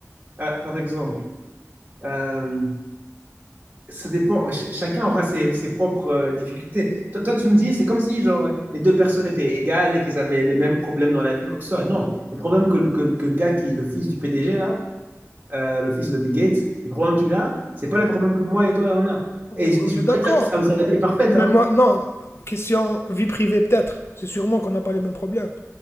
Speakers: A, on the right; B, on the left.
A: euh, par exemple, euh, ça dépend, ch- chacun aura ses, ses propres euh, difficultés. Toi, toi, tu me dis, c'est comme si genre, les deux personnes étaient égales et qu'elles avaient les mêmes problèmes dans la vie, quoi que ce soit. Non, les problèmes que, le- que, que le gars qui est le fils du PDG, là, euh, le fils de Bill Gates, les problèmes qu'il a, c'est pas les problèmes que moi et toi on a.
B: On
A: Et je
B: on est
A: veux
B: d'accord.
A: pas dire que ça, c'est la vie est parfaite,
B: Mais
A: hein.
B: moi, non, question vie privée peut-être, c'est sûrement qu'on n'a pas les mêmes problèmes.